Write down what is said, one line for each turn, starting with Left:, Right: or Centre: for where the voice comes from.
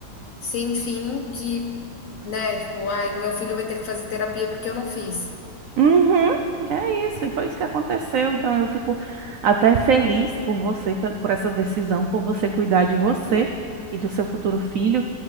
Left: sem fim de, né, tipo, ai, meu filho vai ter que fazer terapia porque eu não fiz.
Right: Uhum, é isso, e foi isso que aconteceu. Então eu fico até feliz por você, pe- por essa decisão, por você cuidar de você e do seu futuro filho,